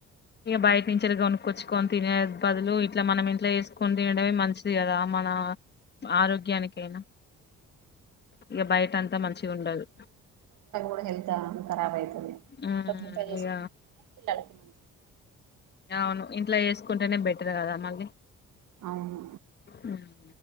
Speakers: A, on the left; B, on the right.
A: ఇక బయట నుంచి కొనుకొచ్చుకొని తినే బదులు ఇట్లా మనం ఇంట్లో చేసుకొని తినడమే మంచిది కదా మన ఆరోగ్యానికి నా ఇక బయట అంతా మంచి ఉండదు
B: ఇప్పుడు హెల్త్ కరాబ్ అయితది
A: మ్మ్
B: ఇంట్లో ప్రిపేర్ చేసుకు
A: ఇగ
B: పిల్లలకి మంచి
A: అవును ఇంట్లో చేసుకుంటేనే బెటర్ కదా మళ్ళీ
B: అవును
A: మ్మ్